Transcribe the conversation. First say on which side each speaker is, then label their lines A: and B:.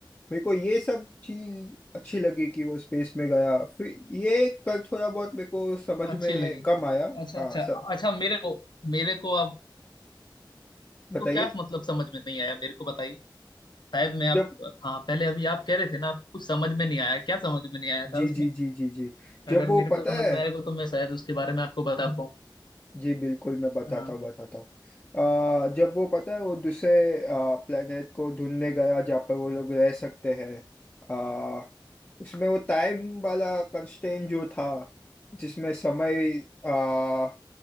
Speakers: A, on the left (about 20°); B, on the left (about 65°).
A: मेरे को ये सब चीज अच्छी लगी कि वो स्पेस में गया फिर ये कल थोड़ा बहुत मेरे को समझ
B: अच्छी
A: में
B: लगी
A: कम आया
B: अच्छा
A: हाँ
B: अच्छा
A: सब
B: अच्छा मेरे को मेरे को अब
A: बताइए
B: तो क्या मतलब समझ में नहीं आया मेरे को बताइए शायद मैं आप
A: जब
B: हाँ पहले अभी आप कह रहे थे ना आप कुछ समझ में नहीं आया क्या समझ में नहीं आया
A: जी
B: था उसमें
A: जी जी जी जी जब
B: अगर
A: वो
B: मेरे को
A: पता
B: समझ
A: है
B: में आएगा तो मैं शायद उसके बारे में आपको बता पाऊँ
A: जी बिल्कुल मैं बताता
B: हाँ
A: हूँ बताता हूँ आ, जब वो पता है वो दूसरे प्लेनेट को ढूंढने गया जहाँ पर वो लोग रह सकते हैं आ, उसमें वो टाइम वाला कंस्ट्रेंट जो था जिसमें समय आ,